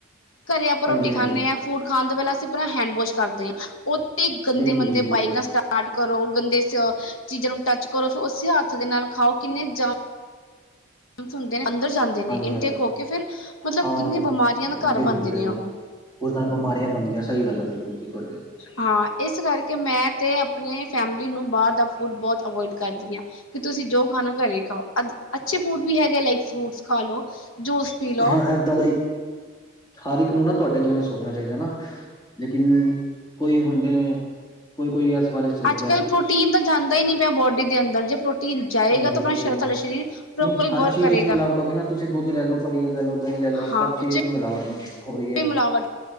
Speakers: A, on the left; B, on the left.
A: ਘਰੇ ਆਪਾਂ ਰੋਟੀ
B: ਹਾਂਜੀ-ਹਾਂਜੀ
A: ਖਾਨੇ ਆਂ। ਫੂਡ ਖਾਣ ਤੋਂ ਪੈਲਾਂ ਅਸੀਂ ਪੈਲਾਂ ਹੈਂਡ-ਵੋਸ਼ ਕਰਦੇ ਆਂ, ਓਥੇ ਗੰਦੇ-ਮੰਦੇ
B: ਬਿਲਕੁਲ ਜੀ ਬਿਲਕੁਲ
A: ਬਾਈਕ ਨਾਲ ਸਟਾ ਸਟਾਟ ਕਰੋ ਗੰਦੇ ਸ ਚੀਜ਼ਾਂ ਨੂੰ ਟੱਚ ਕਰੋ ਫੇਰ ਓਸੇ ਹੱਥ ਦੇ ਨਾਲ ਖਾਓ ਕਿੰਨੇ ਜ ਜਰਮਸ ਹੁੰਦੇ ਨੇ ਅੰਦਰ ਜਾਂਦੇ ਨੇ
B: ਹਾਂਜੀ-ਹਾਂਜੀ।
A: ਇਨਟੇਕ ਹੋ ਕੇ ਫਿਰ, ਮਤਲਬ
B: ਹਾਂ ਉਹ
A: ਕਿੰਨੀ ਬੇਮਾਰੀਆਂ ਦਾ ਘਰ
B: ਬਿਲਕੁਲ-ਬਿਲਕੁਲ
A: ਬਨਦੇ ਨੇ ਓਹ।
B: ਉਸ ਨਾਲ ਬਿਮਾਰੀਆਂ ਬਣਦੀਆਂ ਸਈ ਗੱਲ ਐ ਬਿਲਕੁਲ ਜੀ ਤੁਆਡੀ।
A: ਹਾਂ, ਏਸ ਕਰਕੇ ਮੈਂ ਤੇ ਆਪਣੇ ਫੈਮਿਲੀ ਨੂੰ ਬਾਰ ਦਾ ਫੂਡ ਬੋਤ ਓਵੋਇਡ ਕਰਦੀ ਆਂ। ਕਿ ਤੁਸੀਂ ਜੋ ਖਾਨਾ ਘਰੇ ਖਾਓ, ਅ ਅੱਛੇ ਫੂਡ ਵੀ ਹੈਗੇ ਆ ਲਾਈਕ ਫਰੂਟਸ ਖਾ ਲੋ। ਜੂਸ ਪੀ ਲਓ
B: ਹਾਂ ਏਦਾਂ ਦਾ ਈ, ਹਰ ਇੱਕ ਨੂੰ ਨਾ ਤੁਆਡੇ ਜਿਵੇਂ ਸੋਚਣਾ ਚਾਈਦਾ ਨਾ, ਲੇਕਿਨ, ਕੋਈ ਹੁੰਦੇ ਨੇ ਕੋਈ-ਕੋਈ ਇਸ ਬਾਰੇ ਸੋਚਦਾ
A: ਅੱਜ-ਕੱਲ ਪ੍ਰੋਟੀਨ ਤਾਂ ਜਾਂਦਾ ਈ ਨਈ ਪਿਆ ਬੋਡੀ ਦੇ ਅੰਦਰ ਜੇ ਪ੍ਰੋ ਟੀਨ ਜਾਏਗਾ
B: ਹਾਂਜੀ
A: ਤਾਂ ਆਪਣਾ
B: ਪ੍ਰੋਟੀਨ
A: ਸ਼ਰ ਤੁਆਡਾ ਸ਼ਰੀਰ ਪ੍ਰੋਪਰਲੀ
B: ਨਹੀਂ ਹਰ
A: ਵਰਕ
B: ਚੀਜ਼
A: ਕਰੇਗਾ।
B: ਚ ਮਿਲਾਵਟ ਹੋ ਗਈ ਨਾ ਤੁਸੀਂ ਦੁੱਧ ਲੈ ਲਓ ਪਨੀਰ ਲੈ ਲੋ, ਦਈਂ ਲੈ ਲੋ ਸਬ
A: ਹਾਂ
B: ਚੀਜ਼
A: ਉਹ
B: ਚ ਮਿਲਾਵਟ ਹੁੰ ਹੋ ਰਈ। ਐ,
A: ਵੀ ਮਿਲਾਵਟ